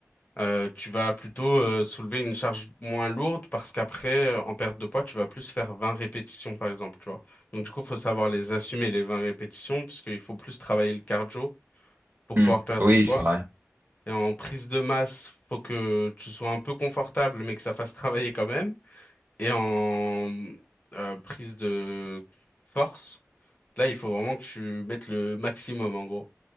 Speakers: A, on the left (about 30°); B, on the right (about 40°).
A: Euh, tu vas plutôt euh, soulever une charge moins lourde parce qu'après, euh, en perte de poids, tu vas plus faire 20 répétitions, par exemple, tu vois. Donc, du coup, il faut savoir les assumer, les 20 répétitions, parce qu'il faut plus travailler le cardio pour
B: Hmm.
A: pouvoir perdre
B: Oui,
A: du poids.
B: c'est vrai.
A: Et en prise de masse, faut que tu sois un peu confortable, mais que ça fasse travailler quand même. Et en euh, prise de force, là, il faut vraiment que tu mettes le maximum, en gros.